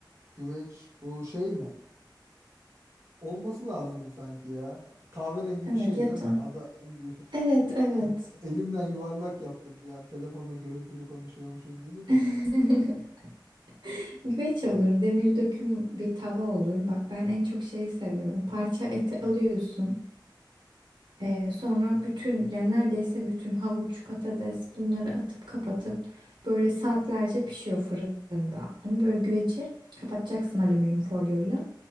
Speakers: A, on the right (about 35°); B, on the right (about 75°).
A: Güveç bu şey mi? Olması lazımdı sanki ya. Kahverengi
B: Evet
A: bir şey
B: ya
A: değil mi?
B: da
A: Ada <laughs>
B: evet evet.
A: elimden yuvarlak yaptım bir an telefonla görüntülü konuşuyormuşuz gibi de.
B: <laughs> Güveç olur, demir döküm bir tava olur. Bak ben en çok şeyi seviyorum. Parça eti alıyorsun. Ee, sonra bütün yani neredeyse bütün havuç, patates bunları atıp kapatıp böyle saatlerce pişiyor fırında. Onu böyle güveci kapatacaksın alüminyum folyoyla.